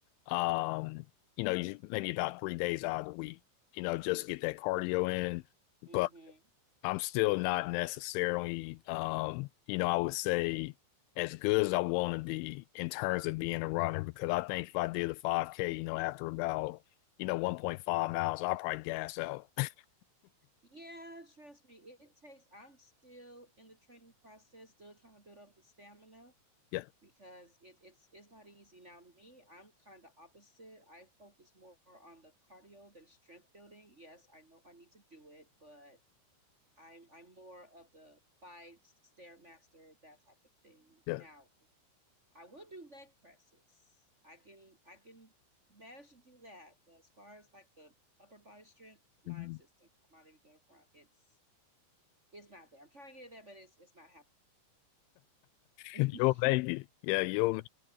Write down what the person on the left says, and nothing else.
Um, you know, usually maybe about three days out of the week you know, just get that cardio in.
But I'm still not necessarily, um, you know, I would say as good as I want to be in terms of being a runner because I think if I did a 5K, you know, after about, you know, 1.5 miles, I'll probably gas out. <laughs>
Yeah,
yeah.
Mhm.
You'll make it. Yeah, you'll